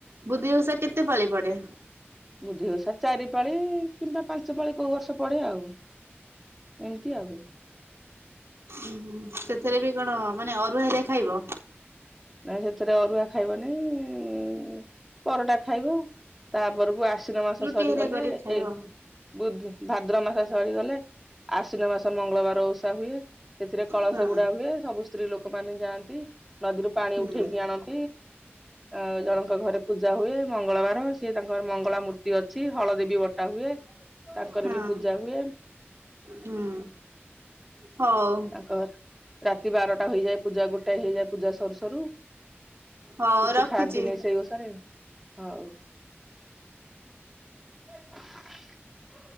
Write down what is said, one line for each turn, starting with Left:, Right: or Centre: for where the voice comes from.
Right: ବୁଦ୍ଧେଇ ଓଷା କେତେ ପାଳି ପଡେ?
Centre: ବୁଦ୍ଧେଈ ଓସା ଚାରି ପାଳି କିମ୍ବା ପାଞ୍ଚ ପାଳି କୋଉ ବର୍ଷ ପଡେ ଆଉ ଏମିତି ଆଉ
Right: ଉ ସେଥିରେ ବି କଣ ମାନେ ଅରୁଆ ହେରିଆ ଖାଇବ?
Centre: ନାଇ ସେଥିରେ ଅରୁଆ ଖାଇବ ନାଇଁ ପରଟା ଖାଇବ ତାପରକୁ ଆସ ନ ମାସ
Right: ରୁଟି
Centre: ସରିଗଲେ
Right: ହେରିଆ କରିକି
Centre: ଏଇ
Right: ଖାଇବ
Centre: ବୁଧ ଭାଦ୍ରବ ମାସ ସରିଗଲେ ଆଶ୍ୱିନ ମାସ ମଙ୍ଗଳବାର ଓଷା ହୁଏ ସେଥିରେ କଳସ
Right: ହଁ
Centre: ଗୁଡା ହୁଏ ସବୁ ସ୍ତ୍ରୀ ଲୋକମାନେ ଯାଆନ୍ତି ନଦୀରୁ ପାଣି
Right: ହୁଁ
Centre: ଉଠେଇକି ଆଣନ୍ତି
Right: <unintelligible>
Centre: ଆ ଜଣଙ୍କ ଘରେ ପୂଜା ହୁଏ ମଙ୍ଗଳବାର ସିଏ ତାଙ୍କର ମଙ୍ଗଳା ମୂର୍ତ୍ତି ଅଛି ହଳଦିବୀ ବଟା ଟା ହୁଏ ତାଙ୍କର
Right: ହଁ।
Centre: ବି ପୂଜା ହୁଏ
Right: ହୁଁ ହଉ।
Centre: ତାଙ୍କ ରାତି ବାରଟା ହେଇଯାଏ ପୂଜା ଗୋଟାଏ ହେଇଯାଏ ପୂଜା ସରୁ ସରୁ
Right: ହଉ
Centre: କିଛି
Right: ରଖୁଛି
Centre: ଖାଆନ୍ତିନିଁ ସେଇ ଓଷାରେ ହଉ <inaudible>